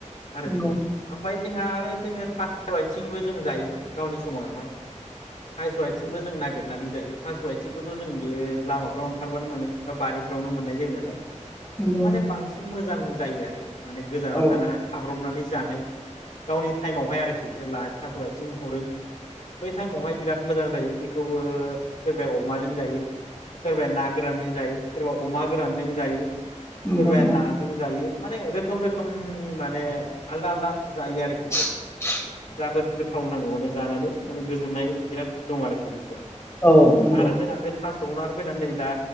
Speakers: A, on the left; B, on the left.
A: आरो
B: नंगौ
A: बिदि ओमफ्राय जोंहा आरो जोङो थास' आथिंबो जों जायो गावनि समावहाय थास' आथिंबो जों नागिरनानै जायो थास' आइथिंखौथ' जों बे लामाफ्राव ओंखारबानो मोनो बा बारिफ्रावनो मोननाय जायो नालाय
B: नंगौ
A: माने बांसिन मोजां जायो आरो माने गोजानाव
B: औ
A: थांनाङा खाब्रबनानै जानाय गावनि टाइमावहाय आरोखि जेब्ला थास' आइथिं हरो बै टाइमावहाय बिराद मोजां जायो बे बो सोरबाया अमाजों जायो सोरबाया ना गोरानजों जायो सोरबा अमा गोरानजों जायो
B: नंगौ
A: सोरबाया
B: नंगौ
A: नाजों जायो। माने रोखोम रोखोमनि माने आलदा आलदा जायो आरोखि
B: <inaudible>
A: जोबोद गोथाव नाङो माने जानानै माने गोजोननाय बिराद दं आरोखि आरो
B: औ नंगौ
A: जोंहा बे था- संना फैनानै नै दा